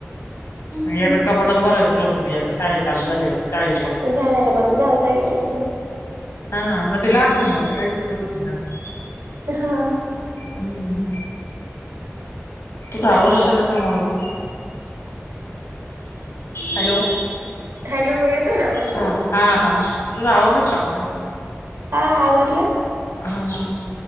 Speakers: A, on the left (about 75°); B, on the right (about 75°).
A: एकदा कपाटच भारायला चालत होती, एक शाळेत चालू झाल्यावर, शाळेची.
B: झाल्याय का परत घालता तेनीच.
A: हा मग ते लहान होऊन जातं. काहीच उपयोग होत नाही त्यांचा.
B: हा.
A: हम्म.. <inaudible> तूवरला सगळं कामावरलं हॅलो.
B: हॅलो <inaudible> हो <inaudible> गता ना आवाज
A: हा हा. हा. तुझं आवरलं कामच
B: हा आवरला.
A: हा.. हा..